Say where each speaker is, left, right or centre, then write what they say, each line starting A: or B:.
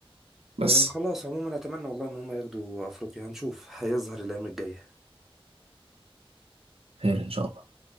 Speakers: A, on the right; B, in the centre.
A: بس
B: آه، خلاص عموما اتمنى والله ان هم ياخدوا افريقيا هنشوف هيظهر الايام الجايه
A: خير ان شاء الله